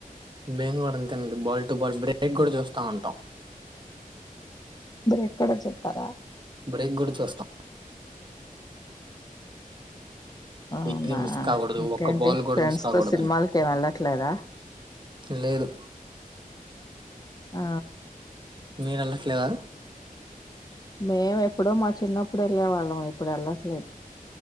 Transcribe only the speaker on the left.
ఎక్కడ చెప్తా
అవునా
ఇంకేంటి
ఫ్రెండ్స్
తో సినిమాలకి
ఏం వెళ్ళట్లేదా.
ఆ
మేము ఎప్పుడో మా చిన్నప్పుడు వెళ్ళే వాళ్ళం ఇప్పుడు వెళ్ళట్లేదు.